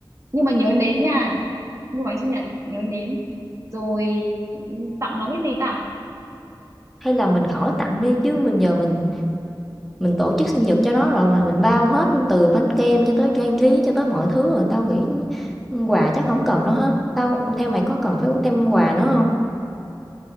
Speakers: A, on the right (about 40°); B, in the centre.
A: nhưng mà nhớ nến nha mua bánh sinh nhật nhớ nến rồi ừ, tặng nó cái gì ta
B: hay là mình khỏi tặng đi chứ mình giờ mình mình tổ chức sinh nhật cho nó rồi mà, mình bao hết từ bánh kem cho tới trang trí cho tới mọi thứ rồi, tao nghĩ, quà chắc không cần đâu ha. Tao theo mày có cần phải có thêm quà nữa không